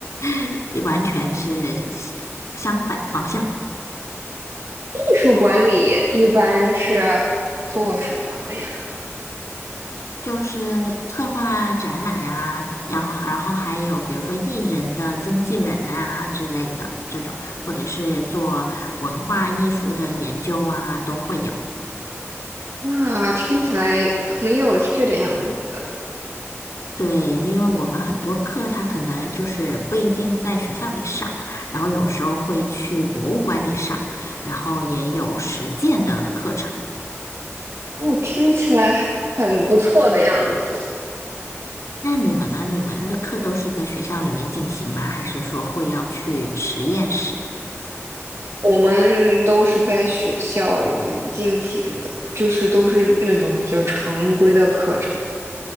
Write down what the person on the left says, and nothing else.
<laughs> 完全是相反方向。
就是策划展览啊，然后然后还有比如说艺人的经纪人啊之类的这种，或者是做文化艺术的研究啊，都会有。
对，因为我们很多课它可能就是不一定在学校里上，然后有时候会去博物馆里上，然后也有实践的课程。
那你们呢？你们的课都是在学校里面进行吗？还是说会要去实验室啊